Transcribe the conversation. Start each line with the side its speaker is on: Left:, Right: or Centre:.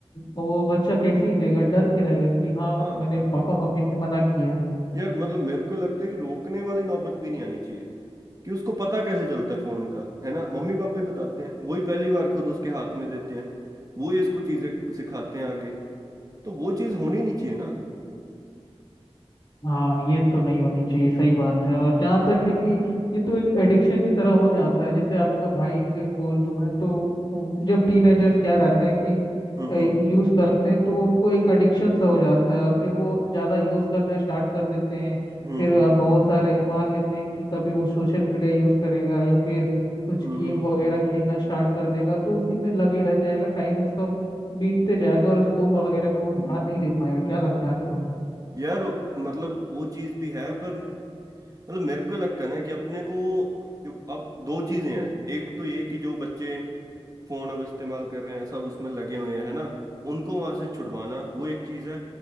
Left: वो बच्चा कैसे ही लेगा डर के रहेगा कि हाँ
Right: हाँ
Left: मैंने पापा मम्मी ने मना किया है
Right: यार मतलब मेरे को लगता है कि रोकने वाली नौबत भी नहीं आनी चाहिए कि उसको पता कैसे चलता है फोन का है ना मम्मी पापा ही बताते हैं वही पहली बार खुद उसके हाथ में देते हैं वही इसको चीजें सिखाते हैं आगे तो वो चीज होनी नहीं चाहिए ना
Left: हाँ ये तो नहीं होनी चाहिए सही बात है और जहाँ तक है कि ये तो एक एडिक्शन की तरह हो जाता है जैसे आपका भाई के बोल दूं मैं तो जब टीनेजर्स क्या रहते हैं कि
Right: हम्म हम्म
Left: यूज करते हैं तो वो उनको एक एडिक्शन सा हो जाता है और फिर वो ज्यादा यूज करना स्टार्ट कर देते हैं
Right: हम्म
Left: फिर अ,
Right: हम्म
Left: बहुत सारे मान लेते हैं कि कभी वो सोशल मीडिया यूज करेगा या फिर कुछ
Right: हम्म
Left: गेम
Right: हम्म।
Left: वगैरह खेलना स्टार्ट कर देगा तो उसी में लगे रह जाएगा टाइम उसका बीतते जाएगा और स्कूल वगैरह में वो ध्यान नहीं दे पाएगा क्या लगता है आपको
Right: यार मतलब वो चीज भी है पर मतलब मेरे को ये लगता है ना कि अपने को जो अब दो चीजें हैं एक तो ये कि जो बच्चे फोन अब इस्तेमाल कर रहे हैं सब उसमें लगे हुए हैं है ना उनको वहां से छुड़वाना वो एक चीज है